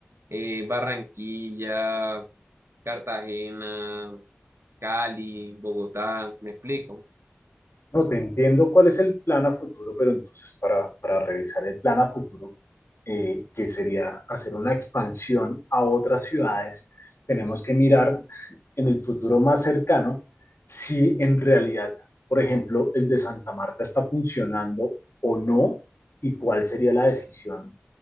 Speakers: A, on the right; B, on the left.
A: eh, Barranquilla, Cartagena, Cali, Bogotá, ¿me explico?
B: No, te entiendo cuál es el plan a futuro, pero entonces para, para revisar el plan a futuro, eh, que sería hacer una expansión a otras ciudades, tenemos que mirar en el futuro más cercano si en realidad, por ejemplo, el de Santa Marta está funcionando o no y cuál sería la decisión